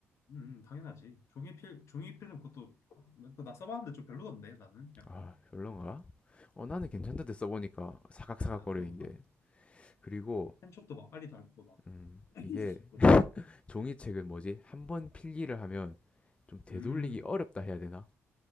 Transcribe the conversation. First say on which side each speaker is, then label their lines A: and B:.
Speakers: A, on the left; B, on the left.
A: 음, 음, 당연하지. 종이필, 종이필은 그것도 그거 나 써봤는데 좀 별로던데 나는 약간.
B: 아, 별론가? 어, 나는 괜찮던데 써보니까 사각사각거리는
A: 아 그런가?
B: 게. 그리고
A: 펜촉도 막 빨리 닳고 막
B: 음,
A: <laughs>
B: 이게
A: 그렇잖아.
B: <laughs> 종이책은 뭐지? 한번 필기를 하면 좀 되돌리기
A: 음,
B: 어렵다 해야 되나?